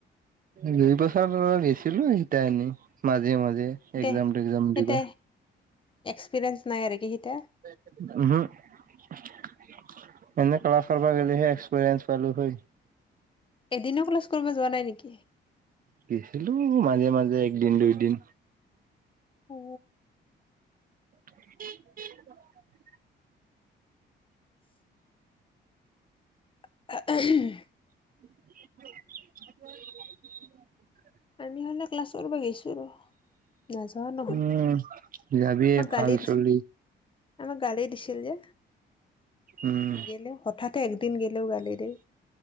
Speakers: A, on the right (about 45°); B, on the left (about 25°).
A: দুই বছৰ বাৰু গেইছিলো সিতা এনে মাজে মাজে।
B: দে
A: একজাম তেকজাম
B: সেইটা
A: দিবা।
B: এক্সপিৰিয়েঞ্চ নাই আৰু কি সিতা?
A: উহুম, এনে ক্লাছ কৰিব গলেহে এক্সপিৰিয়েঞ্চ পালো হয়।
B: এদিনেও ক্লাছ কৰিব যোৱা নাই নেকি?
A: গেইছিলো মাজে মাজে একদিন, দুইদিন।
B: অ।
A: <unintelligible>
B: <unintelligible>
A: <unintelligible>
B: আমি হ'লে ক্লাছ কৰিব গেইছো আৰু। নাযাও নহয়,
A: উম। যাবিয়ে
B: আমাক গালি
A: ভাল
B: দিছ।
A: চলি
B: আমাক গালি দিছিল যে
A: উম
B: নিগেলেও, হঠাতে একদিন গলেও গালি দিয়ে।